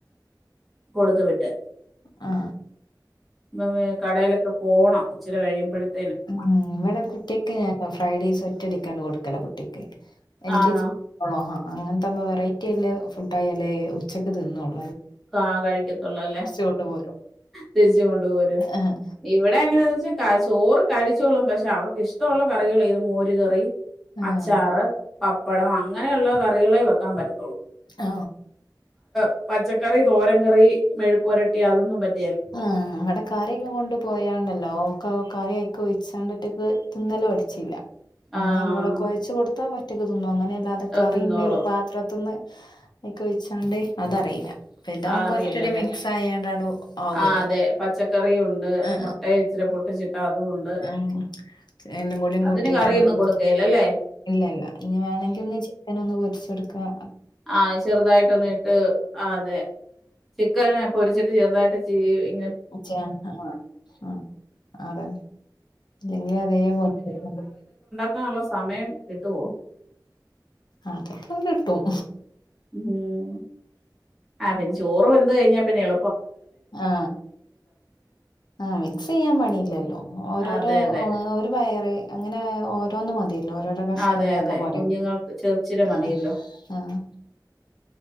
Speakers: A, in the centre; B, on the left.
A: കൊടുത്ത് വിട്ട്
B: ആ
A: ന്നവേ കടേലോക്കെ പോണം ഇച്ചിരി കഴിയുമ്പോഴത്തേനും
B: മ് മ് ഇവടെ കുട്ടിഅക്കെ ഫ്രൈഡയ്സും ഒറ്റടിക്കാണ്ട് കൊടുക്കലാ കുട്യക്ക് എൽ
A: ആണോ
B: കെജി പോണ്ണോ അങ്ങനത്താമ്പോ വെറൈറ്റി ഇല്ലേ ഫുഡായാലേ ഉച്ചയ്ക്ക് തിന്നോളും
A: കാ കഴിക്കത്തുള്ളല്ലേ
B: കൊണ്ട് പോരും.
A: തിരിച്ച് കൊണ്ട് പോരും
B: ആഹ്
A: ഇവിടെ അങ്ങനെന്ന് ക ചോറ് കഴിച്ചോളും ബഷേ അവർക്ക് ഇഷ്ടമുള്ള കറികൾക്ക് മോര് കറി
B: ആഹ്
A: അച്ചാറ് പ പ്പടം അങ്ങനെ ഉള്ള കറികളേ വെക്കാൻ പറ്റു
B: ആ
A: <unintelligible> കറി തോരം കറി മെഴുക് പരട്ടി അതൊന്നും പറ്റ
B: ആ അവ്ടെ കറിയൊക്കെ കൊണ്ട് പോയാണ്ടല്ലോ കൗ കറി അയ്ക്ക് ഒഴിച്ചാണ്ട് ഒറ്റക്ക് തിന്നല് പഠിച്ചില്ല നമ്മള്
A: ആഹ്
B: ഇവിടൊക്കൊഴിച്ച് കൊടുത്താ ഒന്നും അങ്ങനെല്ലാതെ കറീമേൽ
A: തിന്നോളും
B: പാത്രത്ന്ന് അയ്ക് ഒഴിച്ചാണ്ട് അതറീല്ല ഇതാവുമ്പോ
A: അറിയില്ലല്ലേ
B: ഒറ്റടി മിക്സായാണ്ടടവ ആവുല്ലോ
A: ആഹ് അതെ പച്ചക്കറിയും ഉണ്ട്
B: ആ
A: മുട്ട ഇച്ചിരി പൊട്ടിച്ചിട്ട അതും ഉണ്ട്
B: അങ് എല്ലം കൂടി
A: അതിന്
B: കൂട്ടിടണ്ട്
A: കറിയൊന്നും കൊടുക്കേലല്ലേ
B: ഇല്ലല്ലാ ഇനിം വേണെങ്കി ഒന്ന് ചിക്കനോന്ന് പൊരിച്ചൊട്ക്കാ
A: ആ ചെറുതായിട്ടൊന്ന് ഇട്ട് ആ അതെ ചിക്കനെ പൊരിച്ചിട്ട് ചെറുതാ <unintelligible>
B: ഉച്ചാ ആമാ ആ അതെ എങ്ങനെ അതേ പോലെ <unintelligible>
A: ക്കാള്ളേ സമയം കിട്ടുവോ
B: അതൊക്കെ കിട്ടും
A: ഉം അവിട് ന്ന് ചോറ് വെന്ത് കഴിഞ്ഞാ പിന്നെ എ
B: ആ ആ മിക്സ് ചെയ്യാൻ പണിയില്ലല്ലോ ഓരോരോ
A: അതെ അതെ
B: ഒ ഒരു പയറെക്കെ അങ്ങനെ ഓരോന്നും മതിയ ന്റെ ഓരോരോ കഷ്ണങ്ങളൊക്കെ
A: അതെ അതെ
B: പോരെ
A: കുഞ്ഞുങ്ങൾക്ക് ചെറുചിര മതിയല്ലോ
B: ആഹ് ആഹ്